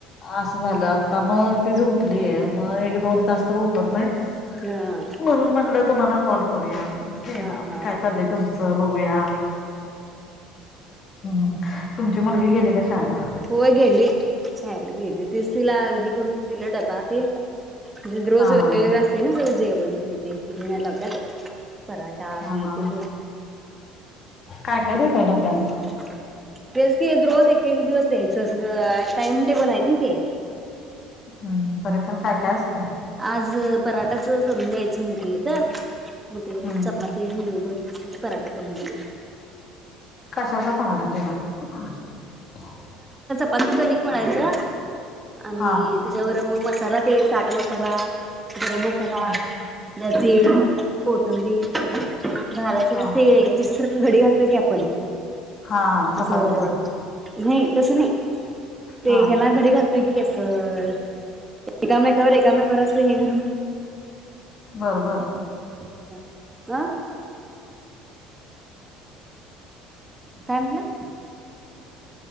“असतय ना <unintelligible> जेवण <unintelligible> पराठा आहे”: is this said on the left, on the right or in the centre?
Right